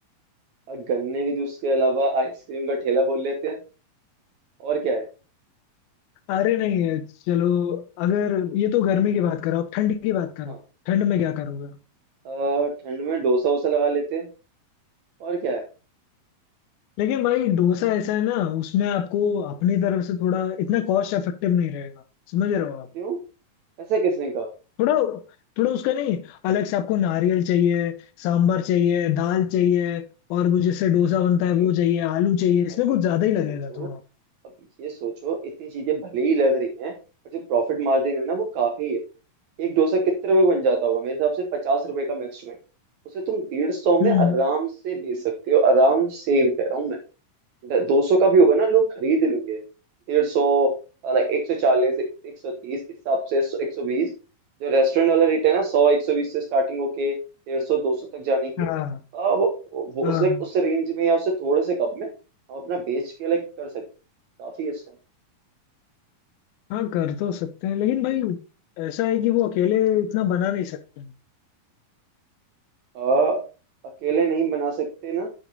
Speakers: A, on the right; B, on the left.
A: अ, गन्ने के जूस के अलावा आइसक्रीम का ठेला खोल लेते हैं और क्या है
B: अरे नहीं है चलो अगर ये तो गर्मी
A: <clears throat>
B: की बात करो आप ठंड की बात करो
A: हाँ
B: ठंड में क्या करोगे
A: अ, ठंड में डोसा वोसा लगा लेते हैं और क्या है
B: लेकिन भाई डोसा ऐसा है ना उसमें आपको अपनी तरफ से थोड़ा इतना कॉस्ट इफेक्टिव नहीं रहेगा समझ रहे हो आप
A: क्यों ऐसा किसने कहा
B: थोड़ा थोड़ा उसका नहीं अलग से आपको नारियल चाहिए सांभर चाहिए दाल चाहिए और वो जिससे डोसा बनता
A: भाई
B: है वो चाहिए आलू चाहिए
A: भाई
B: इसमें कुछ ज्यादा
A: अब
B: ही
A: ये
B: लगेगा
A: सोचो
B: थोड़ा
A: अब ये सोचो इतनी चीजें भले ही लग रही हैं पर जो प्रॉफिट मार्जिन है ना वो काफी है एक डोसा कितने रुपए का बन जाता होगा मेरे हिसाब से पचास रुपए का मैक्स में उसे तुम डेढ़ सौ में
B: हम्म
A: आराम से बेच सकते हो आराम से कह रहा हूँ दो सौ का भी होगा ना लोग खरीद लेंगे डेढ़ सौ एक सौ चालीस एक सौ तीस इस हिसाब से एक सौ बीस जो रेस्टोरेंट वाला रेट है ना सौ एक सौ बीस से स्टार्टिंग होके डेढ़ सौ दो सौ तक जाने की
B: हाँ
A: अब वो वो
B: हाँ
A: उस लाइक
B: हाँ।
A: उस रेंज में या उससे थोड़े से कम में हम अपना बेच के लाइक कर सकते हैं काफी अच्छा है
B: हाँ कर तो सकते हैं लेकिन भाई ऐसा है कि वो अकेले इतना बना नहीं सकते हैं।
A: आ, अकेले नहीं बना सकते ना